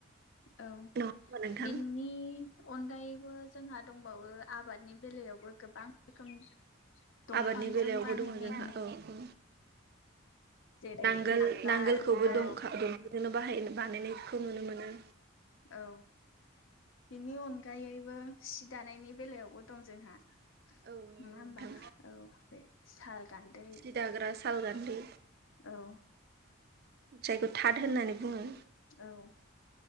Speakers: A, on the left (about 65°); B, on the right (about 45°).
A: औ
B: नङा होमबा नोंथां
A: बिनि अनगायैबो जोंहा दंबावो आबादनि बेलायावबो गोबां रोखोम दंफांजों
B: आबादनि बेलायावबो
A: बानायनाय
B: दङ जोंहा औ औ
A: जेरै
B: नांगोल
A: नांगाल
B: नांगोलखौबो
A: औ
B: द दंखांजोंनो बाहाय बानायनायखौ नुनो मोनो
A: औ बिनि अनगायैबो सि दानायनि बेलायावबो दं जोंहा। नङा
B: औ नंगौ
A: होमबा
B: नोंथां
A: औ बे साल गान्दै
B: सि दाग्रा साल गान्दै
A: औ
B: जायखौ थाद होननानै बुङो
A: औ